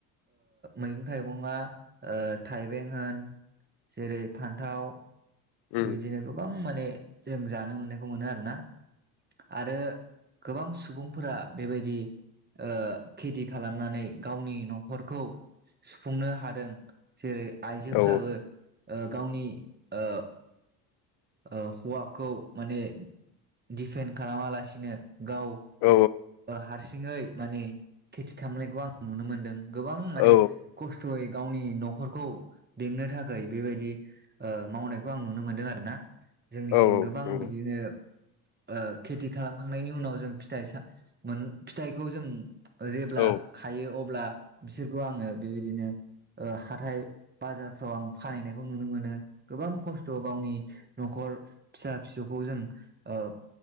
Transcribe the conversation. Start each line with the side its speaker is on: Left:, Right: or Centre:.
Right: मैगं थाइगंआ ओ थाइबें होन जेरै फान्थाव
Left: उम
Right: बेबायदिनो गोबां माने जों जानो मोननायखौ मोनो आरोना आरो गोबां सुबुंफोरा बेबायदि ओ खेथि खालामनानै गावनि न'खरखौ सुफुंनो हादों जेरै आइजोफ्राबो
Left: औ
Right: ओ गावनि ओ ओ हौवाखौ माने दिफेन्ड खालामालासिनो गाव
Left: औ
Right: हारसिङै माने खेथि खालामनायखौ आं नुनो मोन्दों गोबां माने
Left: औ
Right: खस्थ'यै गावनि न'खरखौ बेंनो थाखाय बेबायदि ओ मावनायखौ आं नुनो मोनदों आरोना जोंनिथिं
Left: औ
Right: गोबां
Left: नंगौ
Right: बिदिनो ओ खेथि खालामखांनायनि उनाव जों फिथाइ मोन फिथाइखौ जों जेब्ला
Left: औ
Right: खायो अब्ला बिसोरखौ आङो बेबायदिनो ओ हाथाय बाजारफ्राव आं फानहैनायखौ नुनो मोनो गोबां खस्थ' खस्थ' गावनि न'खर फिसा फिसौखौ जों ओ